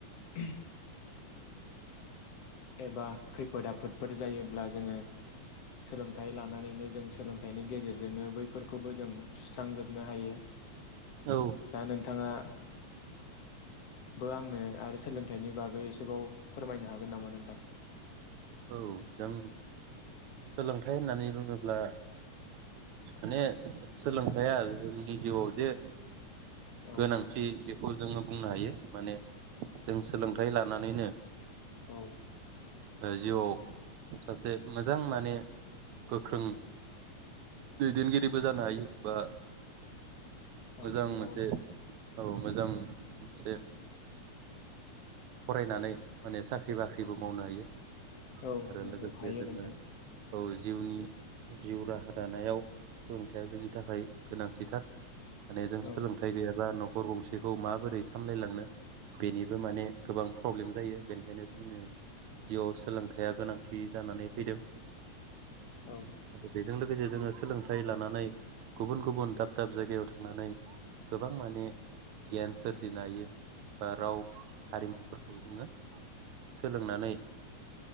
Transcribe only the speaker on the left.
<unintelligible> एबा खैफोद आफोदफोर जायोब्ला जोंङो सोलोंथाइ लानानैनो जों सोलोंथाइनि गेजेरजोंनो बैफोरखौबो जों सुस्रांजोबनो हायो।
दा नोंथाङा बो आंनो आरो सोलोंथाइनि बागै एसेबाव फोरमायनो हागोन नामा नों <inaudible>
औ
नंगौ नोंथां
औ
औ नंगौ
नोंथां
औ
नंगौ
हायो
नोंथां
औ
औ